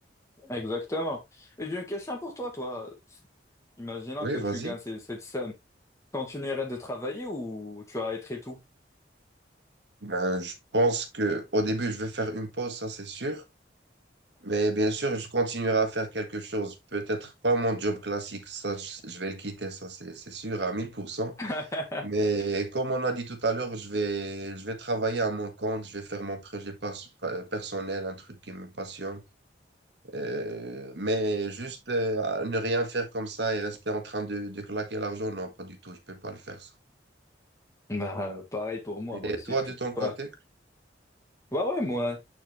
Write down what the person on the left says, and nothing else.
Exactement. Et j'ai une question pour toi, toi. Imaginons
que
tu gagnes ces- cette somme. Continuerais de travailler ou tu arrêterais tout?
<laughs>
Bah, pareil pour moi, moi
aussi,
je peux
pas. Bah ouais, moi,